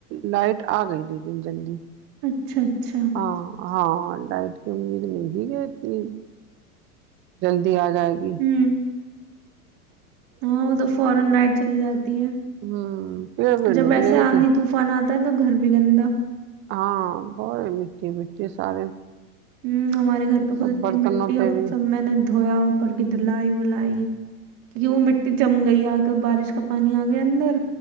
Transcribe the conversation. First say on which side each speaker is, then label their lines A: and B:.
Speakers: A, on the right; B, on the right.
A: لائٹ آ گئی لیکن جلدی
B: اچھا اچھا
A: ہاں ہاں لائٹ کی امید نہیں تھی کہ اتنی جلدی آ جائے گی
B: ہوں
A: ج
B: ہاں وہ تو فورن لائٹ چلی جاتی ہے
A: ہوں پیڑ پیڑ
B: جب
A: نہیں
B: ایسے
A: گرے ہوئے
B: آندھی
A: تھے
B: طوفان آتا ہے تو گھر بھی گندا
A: ہاں بت مٹی مٹی سارے
B: ہ ہمارے گھر پہ
A: سب
B: خود اتی
A: برتنوں
B: مٹی
A: پہ
B: اب
A: بھی
B: سب میں نے دویا اوپر کے دلائی ولائی کیونکہ وہ مٹی جم گئی آ کر بارش کا پانی آ گیا اندر